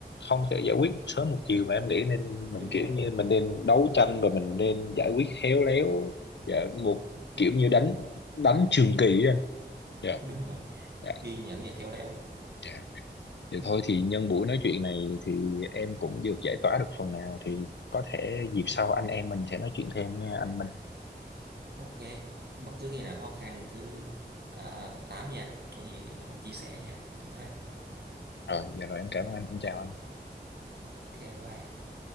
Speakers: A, on the left (about 80°); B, on the right (about 65°).
A: không thể giải quyết một sớm một chiều mà em nghĩ nên mình
B: đúng
A: kiểu
B: rồi
A: như mình nên đấu tranh và mình nên giải quyết khéo
B: ừ,
A: léo
B: ừ,
A: và một
B: ừ.
A: kiểu như đánh đánh trường kỳ dạ
B: đúng rồi
A: dạ
B: kiên nhẫn và khéo léo
A: dạ vậy
B: ừ,
A: thôi thì nhân buổi nói chuyện này thì em cũng được giải tỏa được phần nào thì có thể dịp
B: ừ.
A: sau anh em mình sẽ nói chuyện thêm nha anh Minh
B: ok bất cứ khi nào khó khăn cứ à, báo tám với anh có gì mình chia sẻ nha em ha
A: rồi dạ rồi em cảm ơn anh em chào anh
B: ok bye bye